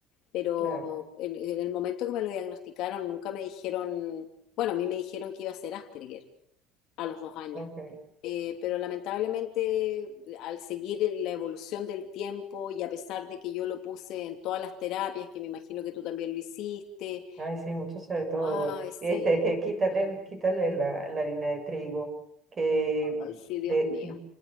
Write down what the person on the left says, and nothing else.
pero
en en el momento que me lo diagnosticaron nunca me dijeron, bueno, a mí me dijeron que iba a ser Asperger a los dos años.
Eh, pero lamentablemente, al seguir la evolución del tiempo y a pesar de que yo lo puse en todas las terapias, que me imagino que tú también lo hiciste,
ay, sí,
ay, sí, Dios
mío.